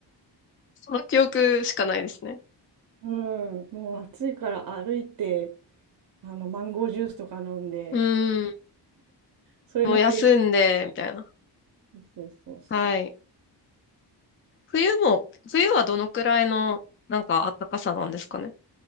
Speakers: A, on the left (about 30°); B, on the right (about 55°).
A: その記憶しかないですね。
B: うん、<laughs> もう暑いから歩いて、あの、マンゴージュースとか飲んで、
A: うん。
B: それの繰り返し。
A: もう休んで、みたいな。
B: そうそうそう。
A: はい。冬も、冬はどのくらいの、なんか暖かさなんですかね。